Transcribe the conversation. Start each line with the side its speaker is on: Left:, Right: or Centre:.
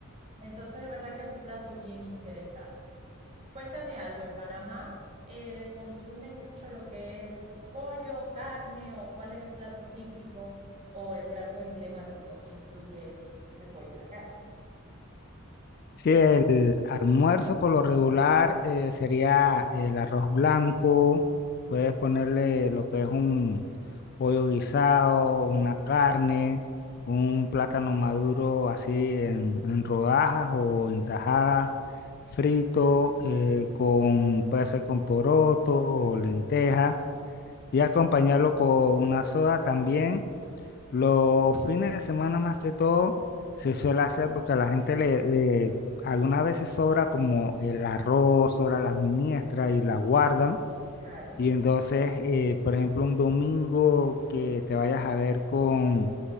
Right: Entonces, de verdad que es un plato bien interesante. Cuéntame algo, ¿en Panamá eh, consumen mucho lo que es pollo, carne o cuál es el plato típico o el plato emblemático que incluye el pollo, la carne?
Left: Sí, el almuerzo por lo regular eh, sería el arroz blanco, puedes ponerle lo que es un pollo guisado, una carne, un plátano maduro así en, en rodajas o en tajadas, frito, eh, con, puede ser con poroto o lenteja, y acompañarlo con una soda también los fines de semana más que todo se suele hacer porque a la gente le eh, algunas veces sobra como el arroz, sobra las miniestras y la guardan.
Right: Claro,
Left: Y entonces, eh, por ejemplo, un domingo que te vayas a ver con